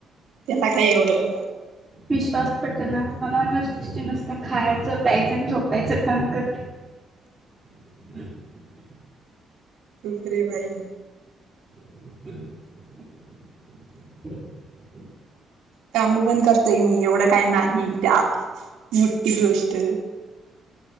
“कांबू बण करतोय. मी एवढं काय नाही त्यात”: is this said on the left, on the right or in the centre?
Right